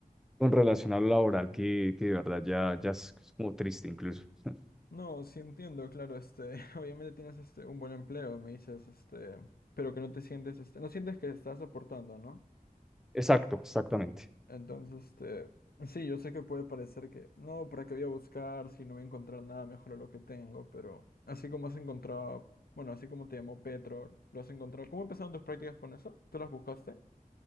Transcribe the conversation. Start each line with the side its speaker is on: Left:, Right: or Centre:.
Centre: con relación a lo laboral que, que de verdad ya, ya es como triste incluso. <laughs>
Left: No, sí entiendo, claro, este, <laughs> obviamente tienes este un buen empleo, me dices, este, pero que no te sientes, este, no sientes que estás aportando, ¿no?
Centre: Exacto, exactamente.
Left: Entonces, este, sí, yo sé que puede parecer que, no, ¿para qué voy a buscar si no voy a encontrar nada mejor a lo que tengo? Pero así como has encontrado, bueno, así como te llamó Petro, lo has encontrado. ¿Cómo empezaron tus prácticas con eso? ¿Tú las buscaste?